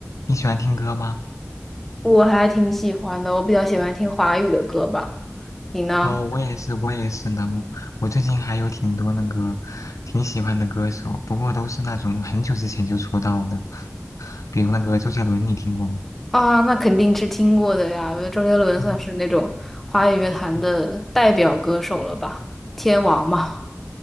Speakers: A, on the left; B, in the centre.
A: 你喜欢听歌吗？
B: 我还挺喜欢的，我比较喜欢听华语的歌吧。你呢？
A: 哦，我也是，我也是呢。我最近还有挺多那个挺喜欢的歌手，不过都是那种很久之前就出道的，比如那个周杰伦，你听过吗？
B: 啊，那肯定是听过的呀。我觉得周杰伦算是那种华语乐坛的代表歌手了吧，
A: 嗯嗯，
B: 天王嘛，